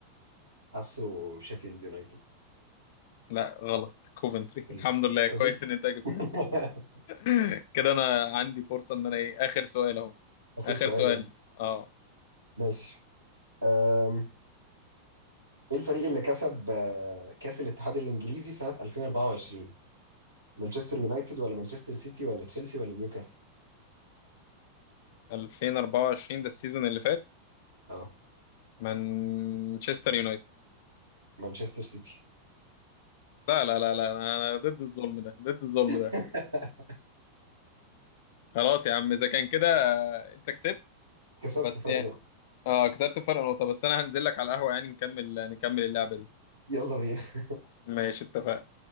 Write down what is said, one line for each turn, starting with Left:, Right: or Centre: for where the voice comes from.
Right: حاسه شيفيلد يونايتد
Left: لا غلط كوفنتري
Right: إيه
Left: <laughs> الحمد لله
Right: كوفنتري؟
Left: كويس ان انت جبتها
Right: <laughs>
Left: صح <laughs> كده انا عندي فرصة ان انا ايه اخر سؤال اهو
Right: آخر
Left: اخر
Right: سؤال
Left: سؤال
Right: يلا
Left: اه
Right: ماشي أم... إيه الفريق اللي كسب آه، كأس الاتحاد الإنجليزي سنة 2024 مانشستر يونايتد ولا مانشستر سيتي ولا تشيلسي ولا نيوكاسل
Left: 2024 ده السيزون اللي فات
Right: اه
Left: مانشستر يونايتد
Right: مانشستر سيتي
Left: لا لا لا لا انا ضد الظلم ده ضد الظلم
Right: <laughs>
Left: ده خلاص يا عم اذا كان كده آه، انت كسبت
Right: كسبت
Left: وبس
Right: فرق
Left: يعني
Right: نقطة
Left: اه كسبت فرق نقطة بس انا هنزل لك على القهوة يعني نكمل نكمل اللعبة دي
Right: يلا بينا
Left: ماشي اتفقنا